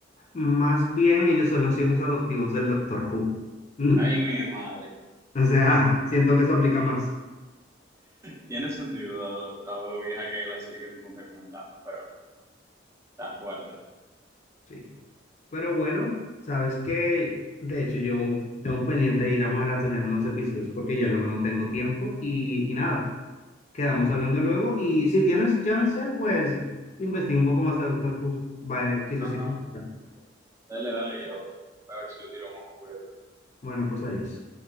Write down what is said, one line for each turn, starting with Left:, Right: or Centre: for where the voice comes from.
Left: Más bien ellos son los hijos adoptivos del Doctor Who. <laughs>
Right: Ay, mi madre.
Left: O sea, siento que eso aplica más.
Right: Tiene sentido, dado, dado lo vieja que es la serie que tú me estás comentando, pero está fuerte.
Left: Sí. Pero bueno, sabes que, de hecho, yo tengo pendiente de ir a maratonear unos episodios porque ya luego no tengo tiempo y, y nada. Quedamos hablando luego y si tienes chance, pues investiga un poco más de Doctor Who. Vaya, quizás
Right: No,
Left: sí
Right: no,
Left: te gusta.
Right: Dale, dale, yo a ver si le tiro un ojo, cuídate.
Left: Bueno, pues adiós.